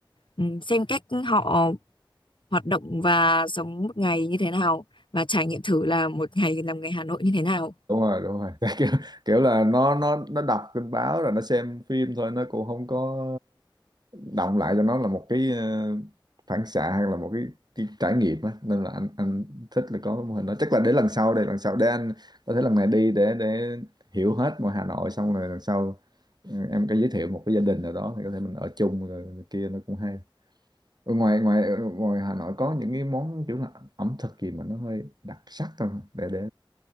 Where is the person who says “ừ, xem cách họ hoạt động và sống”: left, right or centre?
Left